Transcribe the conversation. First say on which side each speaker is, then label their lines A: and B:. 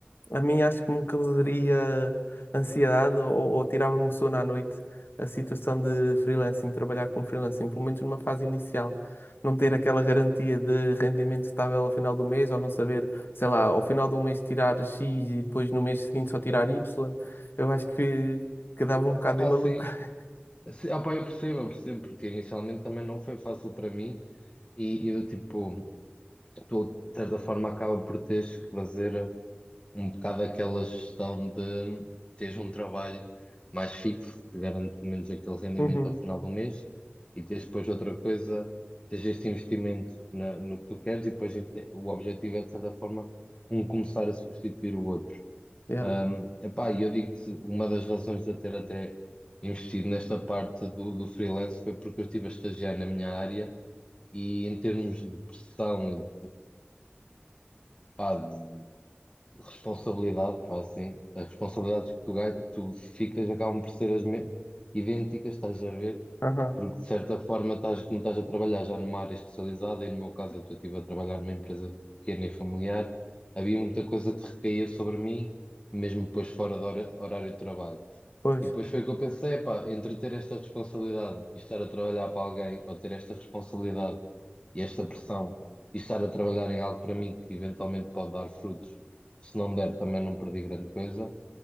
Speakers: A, on the left; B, on the left.
A: a mim acho que me causaria ansiedade ou, ou tirava-me o sono à noite a situação de freelancing, trabalhar com freelancing, pelo menos numa fase inicial. Não ter aquela garantia de rendimento estável ao final do mês, ou não saber, sei lá, ao final de um mês tirar X e depois no mês seguinte só tirar Y, eu acho que, que dava um bocado
B: Ah pá,
A: em maluco.
B: sim,
A: <laughs>
B: Sim, ah pá, eu percebo, eu percebo, porque inicialmente também não foi fácil para mim, e, e do tipo, tu, de certa forma, acaba por teres que fazer um bocado aquela gestão de teres um trabalho mais fixo, que te garante pelo menos aquele rendimento
A: Uhum,
B: ao final do mês, e teres depois outra coisa, teres este investimento na- no que tu queres, e depois até- o objetivo é, de certa forma, um começar a substituir o outro.
A: yeah,
B: Um, epá, e eu digo-te, uma das razões de eu ter até investido nesta parte do, do freelance foi porque eu estive a estagiar na minha área e em termos de pressão Pá, de responsabilidade, pá, assim, as responsabilidades que tu, gai- tu ficas acabam por ser as me- idênticas, estás a ver?
A: aham,
B: Porque de certa forma estás, como estás a trabalhar já numa área especializada, e no meu caso eu estive a trabalhar numa empresa pequena e familiar, havia muita coisa que recaía sobre mim, mesmo depois fora do hora- horário de trabalho.
A: Pois,
B: E depois foi que eu pensei, pá, entre ter esta responsabilidade e estar a trabalhar para alguém, ou ter esta responsabilidade e esta pressão e estar a trabalhar em algo para mim que eventualmente pode dar frutos, se não der também não perdi grande coisa.